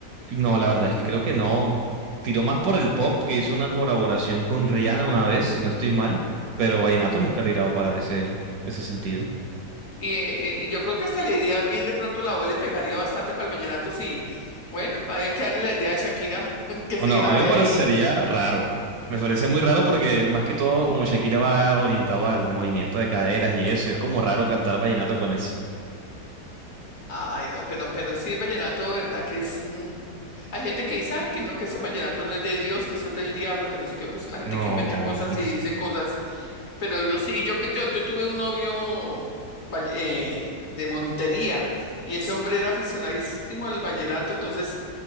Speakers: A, on the right (about 70°); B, on the left (about 50°).
A: No, la verdad es que creo que no. Tiró más por el pop, que hizo una colaboración con Rihanna una vez, si no estoy mal, pero Vallenato nunca ha tirado para ese, ese sentido.
B: Y, eh, y yo creo que hasta le iría bien, de pronto la voz le pegaría bastante para el vallenato, sí. Bueno, hay que darle la idea a Shakira <laughs> que
A: Bueno,
B: se grabe
A: a mí me parecería
B: ahí.
A: raro. Me parece muy raro porque más que todo como Shakira va orientado al movimiento de caderas y eso, es como raro cantar vallenato con eso.
B: Ay, no, pero, pero sí, el vallenato, ¿verdad? Que es. mm, Hay gente que dice, ay, que no, que eso vallenato no es de Dios, que eso es del diablo, que no sé qué. Pues la gente
A: No.
B: que inventa cosas y dice cosas. Pero yo sí, yo que yo, yo tuve un novio valle- eh, de Montería y ese hombre era aficionadísimo al vallenato, entonces